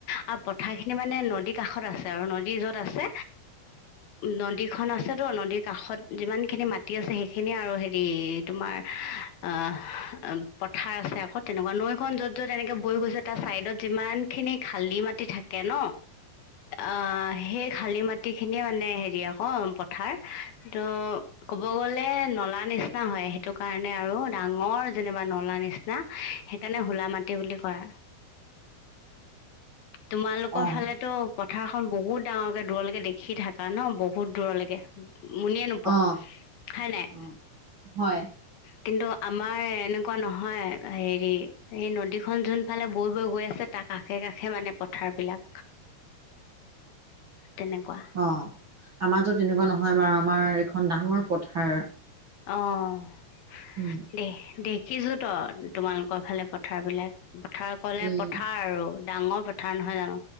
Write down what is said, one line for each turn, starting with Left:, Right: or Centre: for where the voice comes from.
Left: আৰু পথাৰ খিনি মানে নদীৰ কাষত আছে আৰু নদী য'ত আছে। নদীখন আছেতো নদীৰ কাষত যিমানখিনি মাটি আছে সেইখিনি আৰু হেৰি তোমাৰ অ- অ পথাৰ আছে আকৌ তেনেকুৱা নৈখন য'ত য'ত এনেকে বৈ গৈছে তাত চাইদত যিমানখিনি খালী মাটি থাকে ন অ সেই খালী মাট গোটেইখিনিয়ে মানে হেৰি আকৌ পথাৰ ত' ক'ব গ'লে নলা নিচিনা হয়। সেইটো কাৰণে আৰু ডাঙৰ যেনিবা নলা নিচিনা সেইকাৰণে হোলা মাটি বুলি কয়। তোমালোকৰ
Right: অ
Left: ফালেতো পথাৰখন বহুত ডাঙৰকে দূৰলেকে দেখ সি থাকা ন বহুত দূৰলৈকে। মুনিয়ে নোপোৱা
Right: অ
Left: হয় নাই।
Right: অ হয়
Left: কিন্তু আমাৰ এনেকুৱা নহয়, হেৰি এই নদীখন যোন ফালে বৈ- বৈ গৈ আছে তাক কাষে কাষে মানে পথাৰ বিলাক তেনেকুৱা।
Right: অ', আমাৰ য'ত তেনেকুৱা নহয় বাৰু আমাৰ এখন ডাঙৰ পথাৰ।
Left: অ',
Right: উম
Left: দে দেখিছো ত তোমালোকৰ ফালে পথাৰ বিলাক। পথাৰ ক'লে
Right: উম
Left: পথাৰ আৰু ডাঙৰ পথাৰ নহয় জানো,